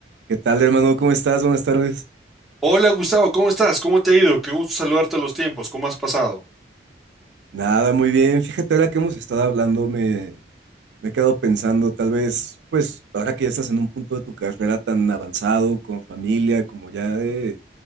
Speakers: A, on the right; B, in the centre.
A: ¿Qué tal, hermano? ¿Cómo estás? Buenas tardes.
B: Hola Gustavo, ¿cómo estás? ¿Cómo te ha ido? Qué gusto saludarte a los tiempos. ¿Cómo has pasado?
A: Nada, muy bien. Fíjate, ahora que hemos estado hablando, me, me he quedado pensando, tal vez, pues, ahora que ya estás en un punto de tu carrera tan avanzado, con familia, como ya eh,